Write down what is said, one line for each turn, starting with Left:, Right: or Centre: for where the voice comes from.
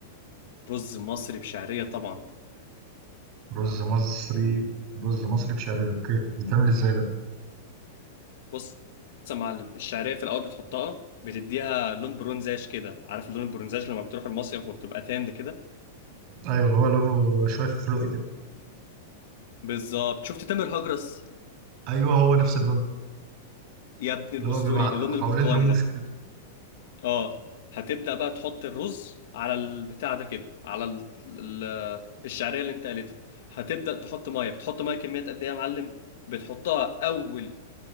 Left: رز مصري بشعرية طبعا
Right: رز مصري
Left: يعني
Right: رز مصري بشعرية اوكي بيتعمل ازاي ده
Left: بص بص يا معلم الشعرية في الاول بتحطها بتديها لون برونزاج كده عارف اللون البرونزاج لما بتروح المصيف وبتبقى تاند كده
Right: ايوه اللي هو لونه شوية فحلوقي كده
Left: بالظبط شفت تامر هجرس
Right: ايوه هو نفس اللون ده
Left: يا ابن
Right: اللي
Left: الاسطوري
Right: هو بيبقى
Left: اللون
Right: حوالين
Left: البرتقاني
Right: رموش
Left: ده
Right: كده
Left: اه هتبدأ بقى تحط الرز على البتاع ده كده على ال... ال... الشعرية اللي انت قالتها هتبدأ تحط ميه بتحط ميه كميات قد ايه يا معلم بتحطها اول